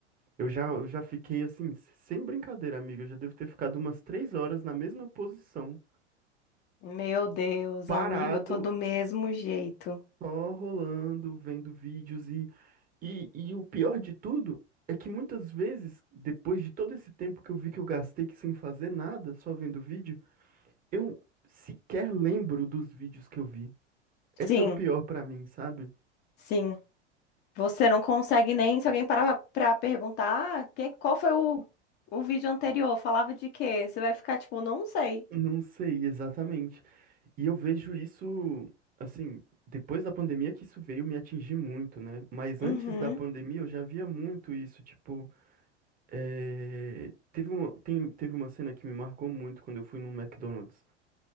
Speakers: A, on the right; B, on the left.
A: eu já, eu já fiquei assim, s- sem brincadeira, amiga. Eu já devo ter ficado umas três horas na mesma posição,
B: meu Deus,
A: parado,
B: amigo, eu tô do mesmo jeito.
A: só rolando, vendo vídeos. E, e, e o pior de tudo é que muitas vezes, depois de todo esse tempo que eu vi que eu gastei que sem fazer nada, só vendo vídeo, eu sequer lembro dos vídeos que eu vi. Esse
B: Sim,
A: é o pior pra mim, sabe?
B: sim. Você não consegue nem, se alguém parar pra perguntar, ah, que, qual foi o, o vídeo anterior? Falava de quê? Você vai ficar tipo, não sei.
A: Não sei exatamente. E eu vejo isso, assim, depois da pandemia que isso veio me atingir muito, né? Mas
B: Uhum,
A: antes da pandemia eu já via muito isso, tipo, eh, teve uma, tem- teve uma cena que me marcou muito quando eu fui no McDonald's,